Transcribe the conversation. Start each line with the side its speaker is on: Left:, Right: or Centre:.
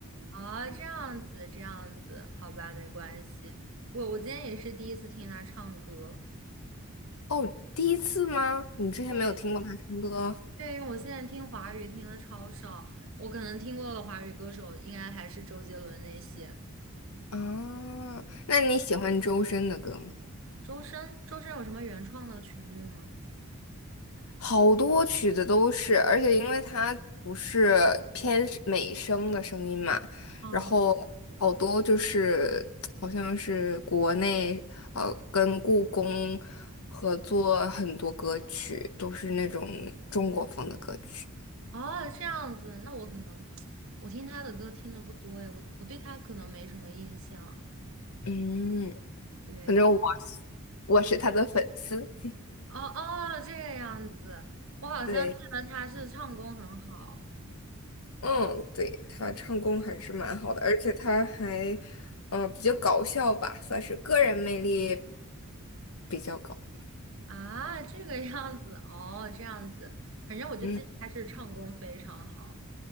Right: 啊，这样子，这样子，好吧，没关系。我我今天也是第一次听他唱歌。
Left: 哦，第一次吗？你之前没有听过他唱歌
Right: 对，对，因为我现在听华语听的超少，我可能听过的华语歌手应该还是周杰伦那些。
Left: 啊？那你喜欢周深的歌吗？
Right: 周深，周深有什么原创的曲目吗？
Left: 好多曲子都是，而且因为它不是偏是美声的声音嘛，
Right: 哦
Left: 然后好多就是好像是国内呃跟故宫合作很多歌曲，都是那种中国风的歌曲。
Right: 哦，这样子，那我可能 <tsk> 我听他的歌听的不多诶，我我对他可能没什么印象。
Left: 嗯，
Right: 对，
Left: 反正我是我是他的粉丝。
Right: 哦哦，这个样子，我好像记得他是唱功很好。
Left: 对，嗯，对，他唱功还是蛮好的，而且他还嗯、呃比较搞笑吧，算是个人魅力比较高。
Right: 啊，这个样子哦，这样子，反正我就记得他是唱功非常好。
Left: 嗯